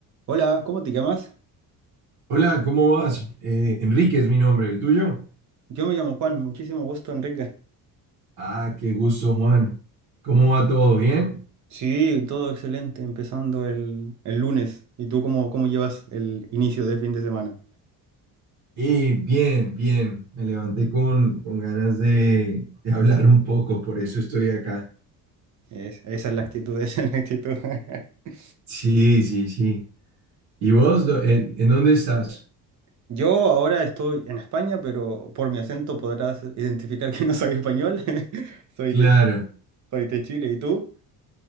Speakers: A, on the right (about 50°); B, on the right (about 80°).
A: Hola, ¿cómo te llamas?
B: Hola, ¿cómo vas? Eh, Enrique es mi nombre, ¿el tuyo?
A: Yo me llamo Juan, muchísimo gusto, Enrique.
B: Ah, qué gusto, Juan. ¿Cómo va todo? ¿Bien?
A: Sí, todo excelente, empezando el, el lunes. ¿Y tú cómo, cómo llevas el inicio de fin de semana?
B: Eh, bien, bien. Me levanté con, con ganas de, de hablar un poco, por eso estoy acá.
A: Es- esa es la actitud, <laughs> esa es la actitud. <laughs>
B: Sí, sí, sí. ¿Y vos, do- en, en dónde estás?
A: Yo ahora estoy en España, pero por mi acento podrás identificar que no soy español. <laughs> Soy
B: Claro,
A: de, soy de Chile, ¿y tú?